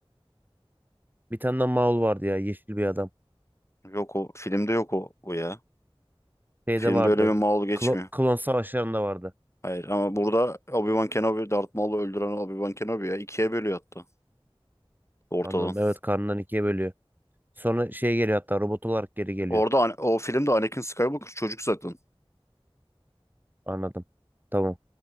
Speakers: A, on the right (about 20°); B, on the left (about 30°).
A: Bir tane daha Maul vardı ya yeşil bir adam.
B: Yok o. Filmde yok o, o ya.
A: Şeyde
B: Filmde
A: vardı.
B: öyle bir Maul geçmiyor.
A: Klo- klon savaşlarında vardı.
B: Hayır ama burada Obi-Wan Kenobi Darth Maul'u öldüren Obi-Wan Kenobi ya. ikiye bölüyor hatta ortadan.
A: Anladım. Evet karnından ikiye bölüyor. Sonra şey geliyor hatta robot olarak geri geliyor.
B: Orada Ana- o filmde Anakin Skywalker çocuk zaten.
A: Anladım. Tamam.